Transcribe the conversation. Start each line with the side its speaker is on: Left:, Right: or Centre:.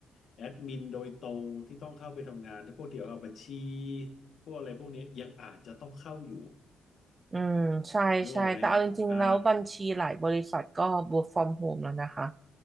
Left: แอดมินโดยตรงที่ต้องเข้าไปทำงานถ้าพวกเกี่ยวกับบัญชีพวกอะไรพวกเนี้ยยังอาจจะต้องเข้าอยู่
Right: อืมใช่ใช่แต่เอาจริงๆแล้วบัญชีหลายบริษัทก็
Left: นึกออกไหมฮะอ่า
Right: work from home แล้วนะคะ